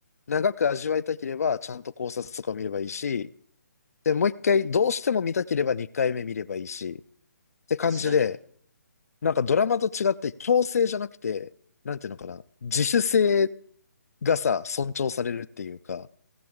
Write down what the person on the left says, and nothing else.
長く味わいたければ、ちゃんと考察とかを見ればいいし、で、もう一回、どうしても見たければ2回目見ればいいし、って感じで、
なんかドラマと違って強制じゃなくて、なんていうのかな、自主性がさ、尊重されるっていうか、